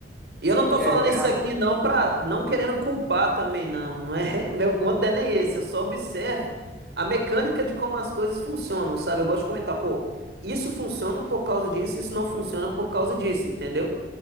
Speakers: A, on the right; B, in the centre.
A: E eu não tô
B: é,
A: falando
B: ga-
A: isso
B: a-
A: aqui não para não querendo culpar também não, não é? <laughs> Meu ponto não é nem esse, eu só observo a mecânica de como as coisas funcionam, sabe? Eu gosto de comentar, pô, isso funciona por causa disso, isso não funciona por causa disso, entendeu?